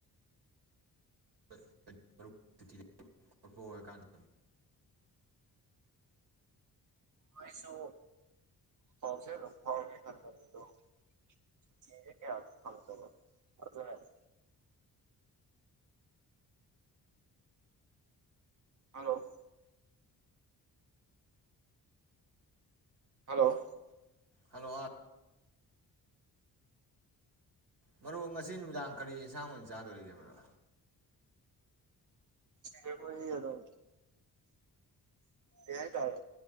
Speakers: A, on the right; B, on the right.
A: <unintelligible> ꯇꯤꯇꯤ ꯑꯐꯥꯕ ꯑꯣꯏꯔꯀꯟꯗꯥ
B: ꯑꯩꯏꯁꯨ ꯐꯥꯎꯁꯦ ꯑꯗꯨꯝ ꯐꯥꯎꯒꯦ ꯈꯟꯗꯅꯤꯗꯣꯁꯦ ꯀꯌꯥ ꯐꯪꯗꯕ ꯑꯗꯨꯅꯅꯦ ꯍꯜꯂꯣ ꯍꯜꯂꯣ
A: ꯍꯜꯂꯣ ꯑꯥ ꯃꯔꯨꯞ ꯉꯁꯤ ꯅꯨꯃꯤꯗꯥꯡ ꯀꯔꯤ ꯌꯦꯟꯁꯥꯡ ꯑꯣꯏꯅ ꯆꯥꯗꯣꯔꯤꯒꯦ ꯃꯔꯣ
B: ꯑꯩꯈꯣꯏꯒꯤ ꯑꯗꯨꯝ ꯀꯩ ꯍꯥꯏꯇꯥꯔꯦ